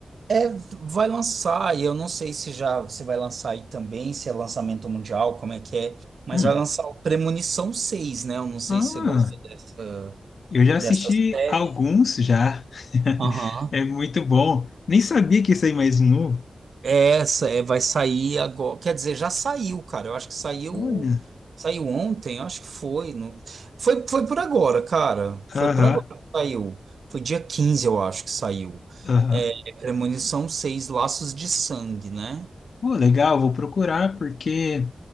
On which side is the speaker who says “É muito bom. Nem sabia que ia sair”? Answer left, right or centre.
Left